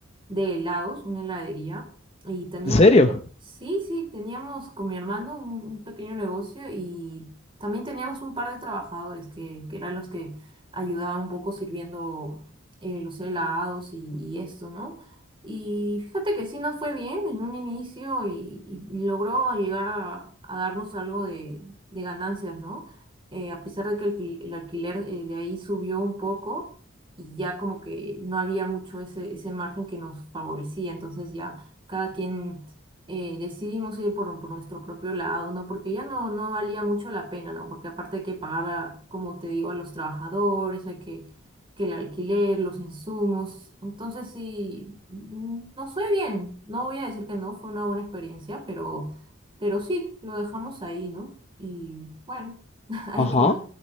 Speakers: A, on the right; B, on the left.
A: de helados, una heladería, y teníamos,
B: ¿En serio?
A: sí, sí, teníamos con mi hermano un, un pequeño negocio y también teníamos un par de trabajadores que, que eran los que ayudaban un poco sirviendo eh, los helados y, y esto, ¿no? Y fíjate que sí nos fue bien en un inicio y, y logró llegar a, a darnos algo de, de ganancias, ¿no? Eh, a pesar de que el, alqui- el alquiler eh, de ahí subió un poco y ya como que no había mucho ese, ese margen que nos favorecía, entonces ya cada quien eh, decidimos ir por, por nuestro propio lado, ¿no? Porque ya no, no valía mucho la pena, ¿no? Porque aparte hay que pagar, a- como te digo, a los trabajadores, hay que que el alquiler, los insumos. Entonces sí, mm, nos fue bien. No voy a decir que no, fue una buena experiencia, pero, pero sí, lo dejamos ahí, ¿no? Y bueno, <laughs> hay
B: Ajá.
A: que...